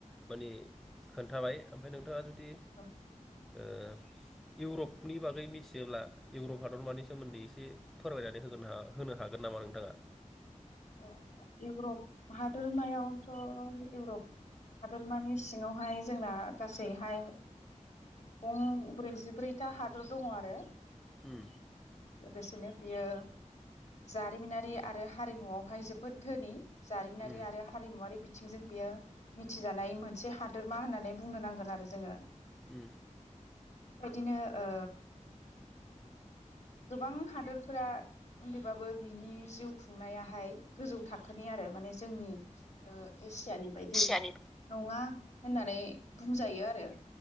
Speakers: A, in the centre; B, on the left (about 60°).
A: माने खोन्थाबाय ओमफ्राय नों थाङा जुदि
B: औ
A: ओ इउरपनि बागै मिथियोब्ला इउरप हादरमानि सोमोन्दै एसे फोरमायनानै होगोन होनो हागोन नामा नोंथाङा।
B: अ इउरप हादरमायावथ' इउरप हादोरमानि सिङावहाय जोंना गासैहाय गं ब्रैजिब्रैथा हादर दङ आरो आ
A: उम
B: लोगोसेनो बियो जारिमिनारि आरो हारिमुआवहाय जोबोद धोनि जारिमिनारि
A: उम
B: आरो हारिमुवारि बिथिंजों बेयो मिथिजानाय मोनसे हादोरमा होननानै बुंनो नांगोन आरो जोङो
A: उम
B: बेबायदिनो ओ गोबां हादरफोरा उन्दैबाबो बिनि जिउ खुंनायाहाय गोजौ थाखोनि आरो माने जोंनि ओ खुदियानि बायदि
A: खुसियानि
B: नङा होननानै बुंजायो आरो